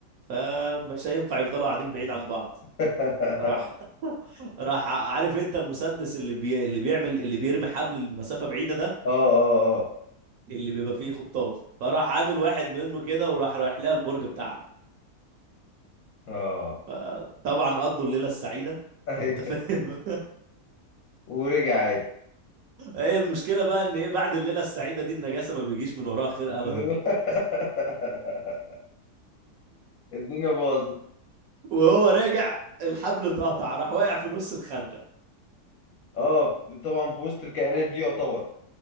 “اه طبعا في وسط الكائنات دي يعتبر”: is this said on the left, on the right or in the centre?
Left